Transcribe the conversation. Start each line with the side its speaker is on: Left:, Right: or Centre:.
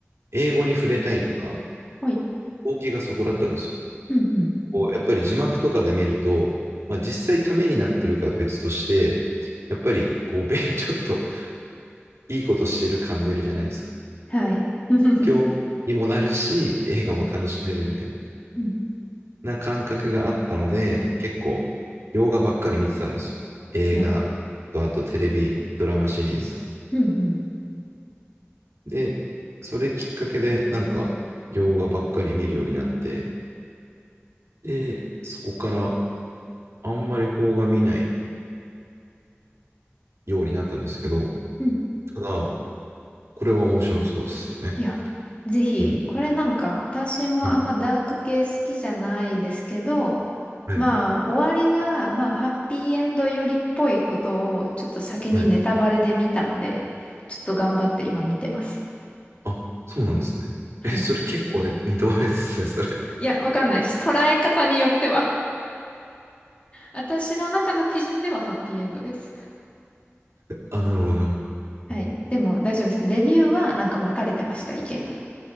Right: 英語に触れたいとか、
Left: はい。
Right: 動機がそこだったんですよ。
Left: うん、うん。
Right: こうやっぱり字幕とかで見ると、まあ、実際ためになってるかは別として、やっぱりこう、米 <laughs> ちょっといいことしてる感出るじゃないですか。
Left: はい。<laughs>
Right: 今日にもなるし、
Left: う
Right: 映画も楽しめるみたい
Left: ん。うん
Right: な感覚があったので、結構、洋画ばっかり見てたんですよ。映画と、
Left: なる。
Right: あとテレビ、ドラマシリーズ。
Left: うん、うん。
Right: で、それきっかけで、なんか、洋画ばっかり見るようになって、で、そこからあんまり邦画見ないようになったんですけど、
Left: うん。
Right: ただ、これは面白そうですよね。
Left: いや、ぜひ、
Right: うん。
Left: これなんか、私もあんまダーク系好きじゃないですけど、
Right: は
Left: まあ、
Right: い。
Left: 終わりが、まあ、ハッピーエンドよりっぽいことを、ちょっと先にネタバレで見たんで、
Right: はい。
Left: ちょっと頑張って今見てます。
Right: あ、そうなんですね。
Left: はい。
Right: え、それ結構ね、ネタバレですね、それ。
Left: いや、わかんないです。捉え方によっては。私の中の基準ではハッピーエンドです。
Right: あ、なるほど、なるほど。
Left: はい。
Right: うん
Left: でも大丈夫です。レビューはなんか分かれてました、意見が。